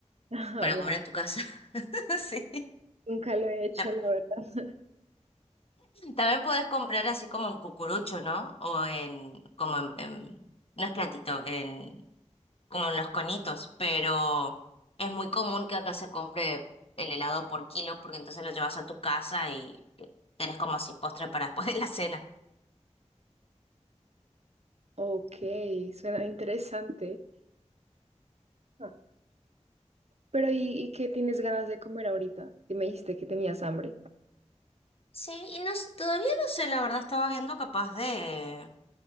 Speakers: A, on the right; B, on the left.
A: Ah,
B: para
A: wow.
B: comer en tu casa. <laughs> Sí.
A: Nunca lo he hecho,
B: Ta-
A: la verdad.
B: También podés comprar así como en cucurucho, ¿no? O en, como en, en- no es platito, en, como en los conitos, pero es muy común que acá se compre el helado por kilo porque entonces lo llevas a tu casa y tenés como así postre para <laughs> después de la cena.
A: Ok, suena interesante. Ah. Pero ¿y, y qué tienes ganas de comer ahorita? Que me dijiste que tenías hambre.
B: Sí, y no, s- todavía no sé, la verdad estaba viendo capaz de...